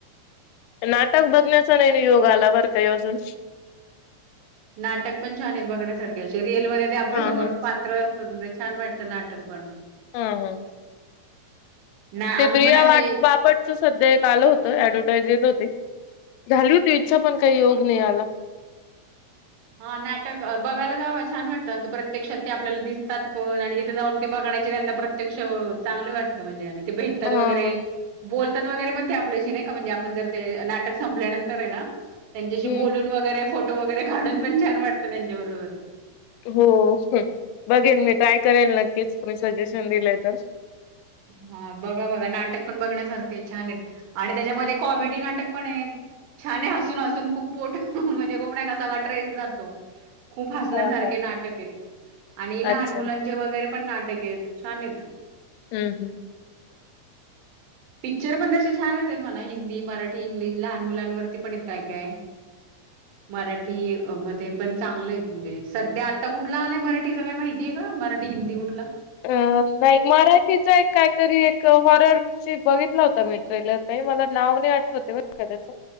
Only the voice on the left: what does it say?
नाटक बघण्याचा नाही योग आला बरं काय अजून.
हा
हा
हम्म हम्म.
ते
प्रिया
बापटच सध्या एक आलं होतं. ऍडव्हटाईज येत होत. ते, झााली होती इच्छा पण काही योग नाही आला.
हा
हा
हम्म
हो. बघेल मी ट्राय करेल नक्कीच तुम्ही सजेशन दिलंय तर.
हा हा
अच्छा
हम्म हम्म.
अ नाही मराठीचा एक काहीतरी एक हॉरर बघितला होता मी ट्रेलर मला नाव नाही आठवत बर का त्याच